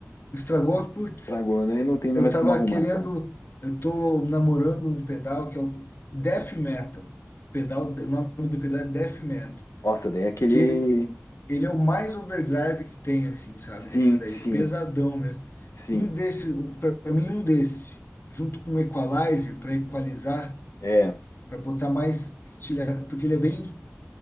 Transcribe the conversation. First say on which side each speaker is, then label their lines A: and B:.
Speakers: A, on the left; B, on the left.
A: estragou? Putz.
B: estragou, né? E não tem mais
A: Eu tava
B: como arrumar,
A: querendo.
B: cara.
A: Eu tô namorando um pedal que é o Death Metal. Pedal, o nome do pedal é Death Metal.
B: Nossa, daí é aquele.
A: Que ele é o mais overdrive que tem, assim, sabe?
B: Sim,
A: Desses aí,
B: sim,
A: pesadão mesmo.
B: sim.
A: Um desse, para mim, um desse, junto com um equalizer, para equalizar,
B: É,
A: para botar mais estilha, porque ele é bem